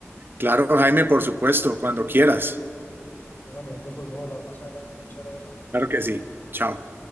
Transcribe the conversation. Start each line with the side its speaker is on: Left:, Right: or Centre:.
Right: Claro, Jaime, por supuesto, cuando quieras.
Left: Bueno, hombre, entonces volvemos a hablar más adelante. Muchas gracias, hombre.
Right: Claro que sí. Chao.